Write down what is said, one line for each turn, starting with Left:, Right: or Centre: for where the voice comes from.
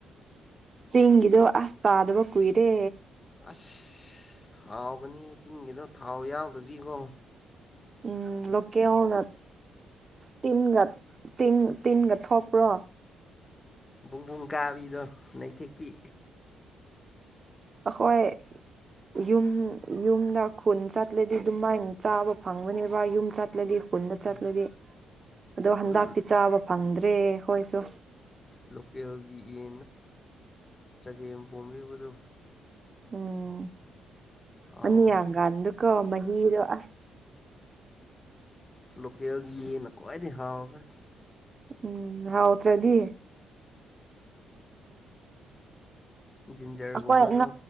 Right: ꯆꯦꯡꯒꯤꯗꯨꯣ ꯑꯁ ꯆꯗꯕ ꯀꯨꯏꯔꯦ
Left: ꯑꯁ ꯍꯥꯎꯒꯅꯤ ꯆꯤꯡꯒꯤꯗꯣ ꯊꯥꯎ ꯌꯥꯎꯗꯕꯤꯀꯣ
Right: ꯎꯝ ꯂꯦ ꯍꯅ ꯇꯤꯟꯒ ꯇ ꯇꯤꯟꯒ ꯊꯣꯛꯄ꯭ꯔꯣ
Left: ꯄꯨꯡꯕꯨꯡ ꯀꯥꯕꯤꯗꯣ ꯅꯩꯊꯦꯛꯄꯤ
Right: ꯑꯩꯈꯣꯏ ꯌꯨꯝ ꯌꯨꯝꯗ ꯈꯨꯟ ꯆꯠꯂꯗꯤ ꯑꯗꯨꯝꯃꯥꯏꯅ ꯆꯥꯕ ꯐꯪꯒꯅꯦꯕ ꯌꯨꯝ ꯆꯠꯂꯗꯤ ꯈꯨꯟꯗ
Left: ꯎꯝ
Right: ꯆꯠꯂꯗꯤ ꯑꯗꯣ ꯍꯟꯗꯇꯤ
Left: ꯑꯗꯨ
Right: ꯆꯥꯕ ꯐꯪꯗ꯭ꯔꯦ ꯍꯣꯏꯁꯨ
Left: ꯂꯣꯀꯦꯜꯒꯤ ꯌꯦ ꯆꯒꯦꯝ ꯄꯣꯝꯕꯤꯕꯗꯨꯣ
Right: ꯎꯝ
Left: ꯍꯥꯎꯋꯦꯍꯦ
Right: ꯑꯅꯤꯌꯥꯡ ꯀꯥꯟꯗꯨꯀ ꯃꯍꯤꯗꯣ ꯑꯁ
Left: ꯂꯒꯤ ꯅꯀꯣ ꯍꯥꯒ
Right: ꯎꯝ ꯍꯥꯎ ꯅꯠꯇ꯭ꯔꯗꯤ
Left: ꯖꯤꯟꯖꯔꯒꯨꯝꯕꯗꯣ
Right: ꯑꯈ